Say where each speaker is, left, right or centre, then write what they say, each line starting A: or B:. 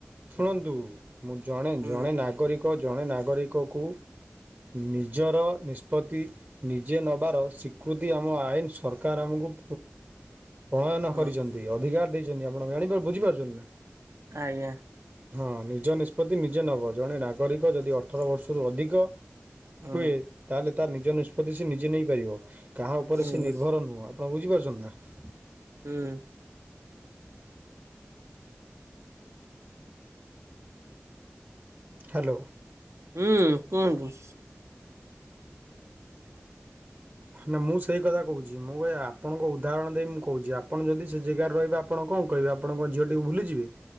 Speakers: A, on the right; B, on the right.
A: ଶୁଣନ୍ତୁ ମୁଁ ଜଣେ
B: ହୁଁ
A: ଜଣେ ନାଗରିକ ଏକ ଜଣେ ନାଗରିକକୁ ନିଜର ନିଷ୍ପତ୍ତି ନିଜେ ନେବାର ସ୍ୱୀକୃତି ଆମ ଆଇନ ସରକାର ଆମକୁ ଉମ ପ୍ରଣୟନ
B: ହୁଁ
A: କରିଛନ୍ତି। ସେ ଅଧିକାର ଦେଇଛନ୍ତି ଆପଣ ଜାଣି ବୁଝିପାରୁଛନ୍ତି ନା?
B: ଆଜ୍ଞା।
A: ହଁ ନିଜ ନିଷ୍ପତ୍ତି ନିଜେ ନବ ଜଣେ ନାଗରିକ ଯଦି ଅଠର ବର୍ଷରୁ ଅଧିକ
B: ହୁଁ
A: ହୁଏ। ତାହେଲେ ତାର ନିଜ ନିଷ୍ପତ୍ତି ସେ ନିଜେ ନେଇ ପାରିବ, କାହା ଉପରେ
B: ହୁଁ
A: ସେ ନିର୍ଭର ନୁହଁ। ଆପଣ ବୁଝିପାରୁଛନ୍ତି ନା?
B: ହୁଁ।
A: ହ୍ୟାଲୋ।
B: ହୁଁ କୁହନ୍ତୁ?
A: ନା ମୁଁ ସେଇ କଥା କହୁଛି ମୁଁ ଏ ଆପଣଙ୍କୁ ଉଦାହରଣ ଦେଇ ମୁଁ କହୁଛି ଆପଣ ଯଦି ସେ ଜାଗାରେ ରହିବେ ଆପଣ କଣ କହିବେ? ଆପଣ କଣ ଝିଅଟିକୁ ଭୁଲିଯିବେ